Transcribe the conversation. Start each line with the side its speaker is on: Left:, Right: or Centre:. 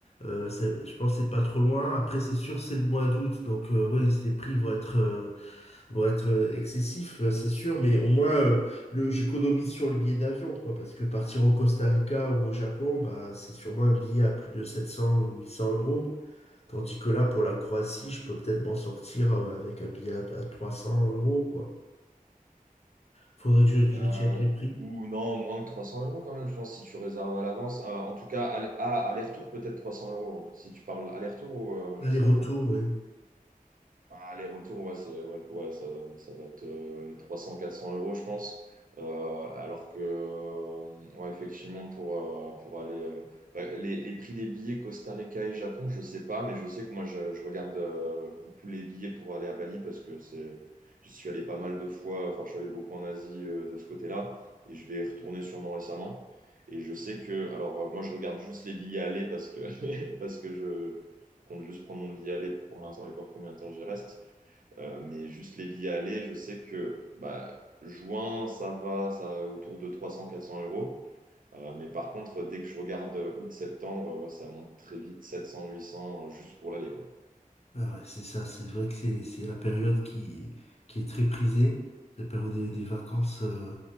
Left: euh, ça- je pense que c'est pas trop loin. Après, c'est sûr, c'est le mois d'août, donc euh, oui, les prix vont être euh, pour être excessif, euh, c'est sûr, mais au moins euh, le, j'économise sur le billet d'avion, quoi, parce que partir au Costa Rica ou au Japon, bah, c'est sûrement un billet à plus de 700 ou 800 euros, tandis que là, pour la Croatie, je peux peut-être m'en sortir euh, avec un billet à, à 300 euros, quoi. Faudrait que je, je
Right: Euh,
Left: check les prix.
Right: ou non, moins que 300 euros quand même, je pense, si tu réserves à l'avance. Euh, en tout cas, aller- à aller-retour, peut-être 300 euros. ouais. Si tu parles aller-retour ou euh,
Left: L'aller-retour,
Right: juste à
Left: oui.
Right: Ah, les retours, ouais, c'est- ouais, ouais, ça, ça va être euh, 300-400 euros, je pense. Euh, alors que, euh, ouais, effectivement, pour, euh, pour aller. euh, bah, les, les prix des billets Costa Rica et Japon, je sais pas, mais je sais que moi, je, je regarde euh, beaucoup les billets pour aller à Bali parce que c'est, j'y suis allé pas mal de fois. Enfin, je suis allé beaucoup en Asie euh, de ce côté-là et je vais y retourner sûrement récemment. Et je sais que. Alors, euh, moi, je regarde juste les billets aller parce que, <laughs> parce que je compte juste prendre mon billet aller pour l'instant et voir combien de temps j'y reste. Euh, mais juste les billets aller, je sais que bah, juin, ça va, ça va autour de 300-400 euros. Euh, mais par contre, dès que je regarde août-septembre, ouais, ça monte très vite, 700-800 juste pour l'aller, quoi.
Left: Ah ouais, c'est ça, c'est vrai que c'est c'est la période qui, qui est très prisée, la période des, des vacances euh,